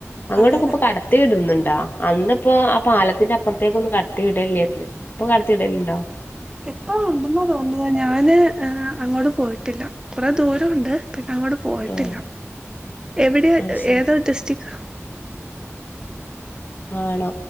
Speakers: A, on the left; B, on the right.
A: അങ്ങോട്ടൊക്കെ.
B: അതെ
A: ഇപ്പ കടപ് ത്തി ഇടുന്നുണ്ടോ അന്നിപ്പോ ആ പാലത്തിന്റെ അപ്പുറത്തേക്ക ഒന്ന് കടത്തിവിടല്ലേര്ന്ന് ഇപ്പം കടത്തിടല് ണ്ടോ
B: ഇപ്പം ഉണ്ടെന്ന് തോന്നുന്നു ഞാന് അങ്ങോട്ട് പോയിട്ടില്ല കുറേ ദൂരണ്ട് പിന്നെ അങ്ങോടെ പോയിട്ടില്ല
A: ആഹ്
B: എവിടെയ
A: അത് ശരി
B: ഏതാ ഡിസ്ട്രിക്റ്റ്?
A: ആണോ